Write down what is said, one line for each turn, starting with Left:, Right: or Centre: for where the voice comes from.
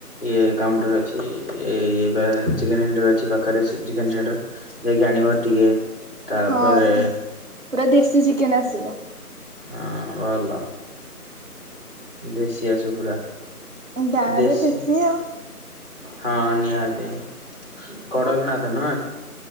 Left: ଇଏ କାଉଣ୍ଟର ଅଛି। ଏ- ଇଏ ବା- ଚିକେନ୍ ସେଣ୍ଟର ଅଛି, ପାଖରେ ଚିକେନ୍ ସେଣ୍ଟର। ଯାଇକି ଆଣିବ ଟିକେ ତାପରେ
Right: ହଁ, ପୁରା ଦେଶୀ ଚିକେନ୍ ଆସିବ।
Left: ହଁ ଭଲ। ଦେଶୀ ଆସୁ ପୁରା,
Right: ଗାଁରେ
Left: ଦେଶୀ।
Right: ଆଉ।
Left: ହଁ, ନିହାତି କଡ଼ର ନାଥ ନୁହେଁ!